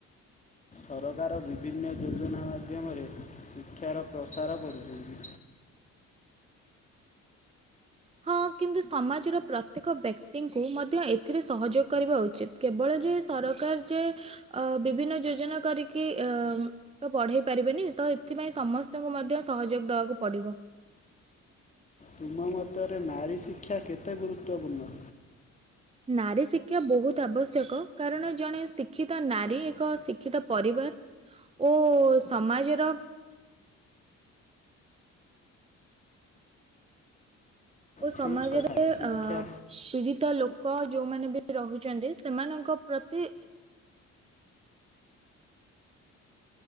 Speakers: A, on the left; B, on the right.
A: ସରକାର ବିଭିନ୍ନ ଯୋଜନା ମାଧ୍ୟମରେ ଶିକ୍ଷାର ପ୍ରସାର କରୁଚନ୍ତି।
B: ହଁ କିନ୍ତୁ ସମାଜର ପ୍ରତ୍ୟେକ ବ୍ୟକ୍ତିଙ୍କୁ ମଧ୍ୟ ଏଥିରେ ସହଯୋଗ କରିବା ଉଚିତ। କେବଳ ଯେ ସରକାର ଯେ ଅ ବିଭିନ୍ନ ଯୋଜନା କରିକି ଅ ତ ପଢେଇ ତ ପାରିବେନି। ତ ଏଥିପାଇଁ ସମସ୍ତଙ୍କୁ ମଧ୍ୟ ସହଯୋଗ ଦବାକୁ ପଡିବ।
A: ତୁମ ମତରେ ନାରୀ ଶିକ୍ଷା କେତେ ଗୁରୁତ୍ୱପୂର୍ଣ୍ଣ?
B: ନାରୀ ଶିକ୍ଷା ବୋହୁତ ଆବଶ୍ୟକ କାରଣ ଜଣେ ଶିକ୍ଷିତ ନାରୀ ଏକ ଶିକ୍ଷିତ ପରିବାର ଓ ସମାଜର ଓ ସମାଜରେ
A: ଠିକ୍ କଥା ଶିକ୍ଷା
B: ଅ ପୀଡ଼ିତ ଲୋ କ ଯୋଉମାନେ ବି ରହୁଛନ୍ତି ସେମାନଙ୍କ ପ୍ରତି